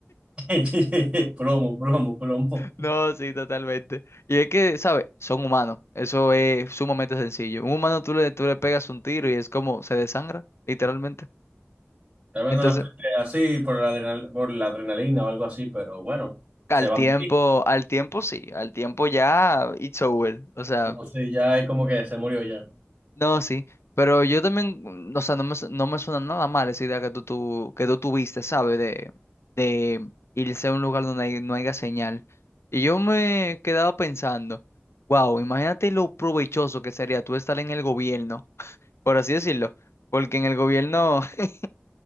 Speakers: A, on the right; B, on the left.
A: <laughs> Plomo, plomo, plomo.
B: No, sí, totalmente. Y es que, ¿sabes? Son humanos, eso es sumamente sencillo. Un humano tú le, tú le pegas un tiro y es como se desangra, literalmente.
A: Tal vez
B: Entonces,
A: no las peste así por la adrenal- por la adrenalina o algo así, pero bueno,
B: al
A: se va
B: tiempo,
A: a morir.
B: al tiempo sí, al tiempo ya, it's over. O sea,
A: No sé, ya es como que se murió ya.
B: no, sí. Pero yo también, o sea, no me, su- no me suena nada mal esa idea que tú, tú, que tú tuviste, ¿sabes? em, irse a un lugar donde hay- no haya señal. Y yo me quedaba pensando, wow, imagínate lo provechoso que sería tú estar en el gobierno, <laughs> por así decirlo, porque en el gobierno, <laughs>